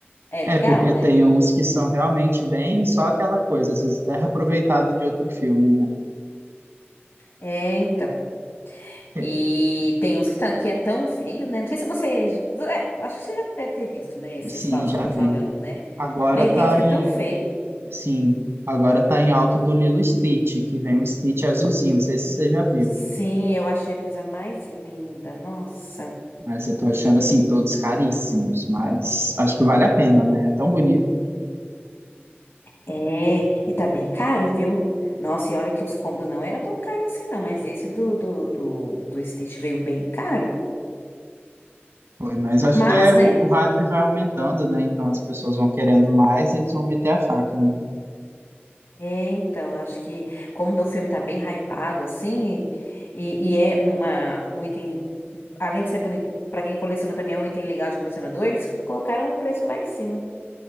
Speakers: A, on the left; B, on the right.
A: É legal,
B: É, porque
A: né?
B: tem uns que são realmente bem só aquela coisa, às vezes até reaproveitado de outro filme, né?
A: É, então.
B: É,
A: E tem uns que, tá, que é tão feio, né? Não sei se você. É, acho que você já deve ter visto, né? Esses
B: Sim,
A: baldes
B: já
A: que eu tô
B: vi.
A: falando, né?
B: Agora
A: Mas
B: tá
A: tem uns que
B: em.
A: é tão feio.
B: Sim, agora tá em alta do Lilo e Stitch, que vem um Stitch azulzinho, não sei se você já viu.
A: Sim, eu achei a coisa mais linda. Nossa.
B: Mas eu tô achando, assim, todos caríssimos, mas acho que vale a pena, né? É tão bonito.
A: É, e tá bem caro, viu? Nossa, e olha que os combos não eram tão caros assim, não. Mas esse do, do, do, do Stitch veio bem caro.
B: Foi, mas acho
A: Mas,
B: que é,
A: né?
B: o, o hype vai aumentando, né? Então as pessoas vão querendo mais e eles vão meter a faca, né?
A: É, então, acho que como o filme tá bem hypado, assim, e, e é uma, um item, além de ser bonito, pra quem coleciona também é um item legal de colecionador, eles colocaram um preço lá em cima.